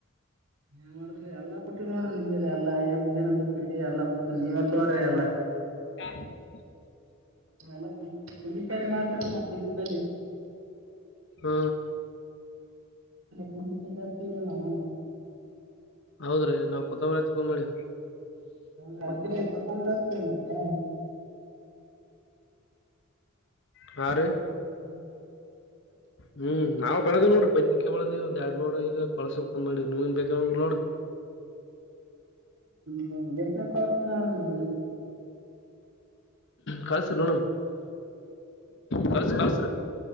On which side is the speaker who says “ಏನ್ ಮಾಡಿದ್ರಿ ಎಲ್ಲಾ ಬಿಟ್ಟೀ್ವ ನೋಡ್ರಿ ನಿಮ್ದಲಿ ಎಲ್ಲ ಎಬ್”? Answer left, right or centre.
Right